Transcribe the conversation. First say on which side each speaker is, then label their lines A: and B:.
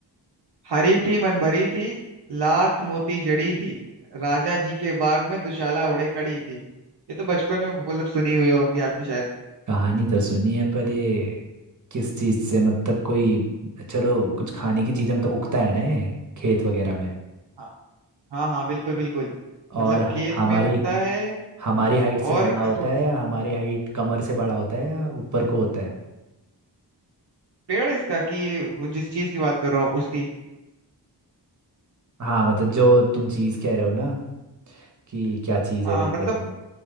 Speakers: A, on the right; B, on the right.
A: हरी थी मन भरी थी लाख मोती जड़ी थी राजा जी के बाग में दुशाला ओढ़े खड़ी थी ये तो बचपन में मतलब सुनी हुई होगी आपने शायद
B: कहानी तो सुनी है पर ये किस चीज से मतलब कोई चलो कुछ खाने की चीजें मतलब उगता है ना ये खेत वगैरह में
A: हाँ हाँ हाँ, बिल्कुल बिल्कुल मतलब
B: और
A: खेत
B: हमारी
A: में उगता है
B: हमारी हाइट से
A: और
B: बड़ा होता
A: थो-
B: है या हमारी हाइट कमर से बड़ा होता है या ऊपर को होता है
A: पेड़ है इसका कि वो जिस चीज की बात कर रहा हूँ उसकी
B: हाँ मतलब जो तुम चीज़ कह रहे हो ना कि क्या चीज़
A: हाँ
B: है करके
A: मतलब
B: वो